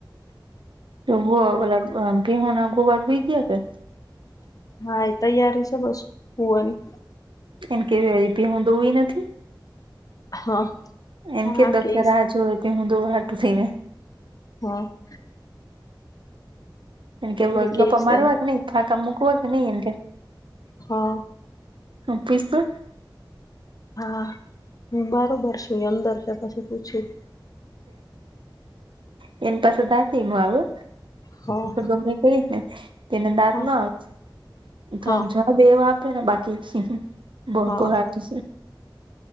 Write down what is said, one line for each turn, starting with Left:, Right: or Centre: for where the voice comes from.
Right: <unintelligible> તોલમપ ગેહુના ગોવા હોઈ ગયા કે
Left: હા એ તૈયારી છે. બસ સુવાની
Right: કેમ કે હું <unintelligible> દઉ નથી
Left: હા....
Right: એમ
Left: હા
Right: કે દક્ષા
Left: કેસ
Right: રાહ જોવે એટલે હું <unintelligible> દોડટું થઈ ને.
Left: હા....
Right: એમ કે
Left: આપડે
Right: <unintelligible> ગપા
Left: કેસ
Right: મારવા
Left: છે ને
Right: કે નહી ફાકા મુકવા નઈ એમ કે
Left: હા
Right: <inaudible>
Left: હા હું બરોબાર છું. અંદર છે પછી પૂછું
Right: એની પાસે <unintelligible> ના થ આવ્યો
Left: હા
Right: ગમે. <unintelligible> થ ને તેને દાદ
Left: હા
Right: ના આવે તો
Left: હા
Right: આમ જવાબ એવો આપે ને બાકી. <unintelligible> બહ
Left: હા
Right: છે